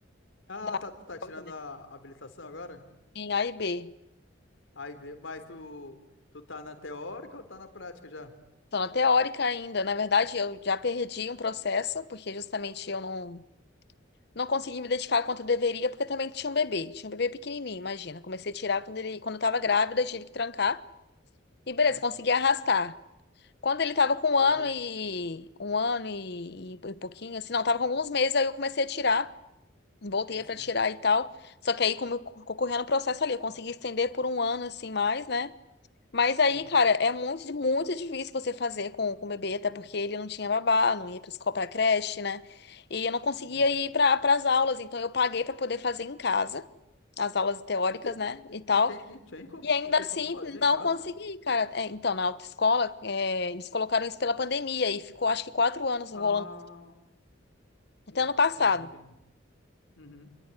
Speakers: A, on the left; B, on the left.
A: Ah,
B: Dá.
A: tá, tu tá tirando
B: Também.
A: a habilitação agora?
B: Em A e B.
A: Aí, vê- mas tu, tu tá na teórica ou tá na prática já?
B: Então, na teórica ainda, na verdade, eu já perdi um processo, porque justamente eu não. Não consegui me dedicar quanto eu deveria, porque também tinha um bebê. Tinha um bebê pequenininho, imagina. Comecei a tirar quando ele, quando eu tava grávida, tive que trancar. E beleza,
A: Uhum.
B: consegui arrastar. Quando ele tava com um
A: Ok.
B: ano e um ano e, e pouquinho, assim, não, tava com alguns meses, aí eu comecei a tirar. Voltei
A: Sim, sim,
B: pra tirar e tal. Só que aí, como eu co- co- correndo o processo ali, eu consegui estender por um ano, assim, mais, né? Mas aí,
A: sim,
B: cara, é muito, muito difícil você fazer com, com o bebê, até porque ele não tinha babá, não ia pra escola, pra creche, né? E eu não conseguia
A: sim.
B: ir para as aulas, então eu paguei para poder fazer em casa, as aulas teóricas,
A: E, te-
B: né,
A: e-
B: e tal.
A: e tem, e, tem como,
B: E ainda
A: e tem
B: assim,
A: como fazer
B: não
A: em casa?
B: consegui, cara. É, então, na autoescola, é, eles colocaram isso pela pandemia e ficou acho que quatro anos rolando,
A: Ah,
B: até
A: entendi,
B: ano passado.
A: entendi. entendi. Uhum.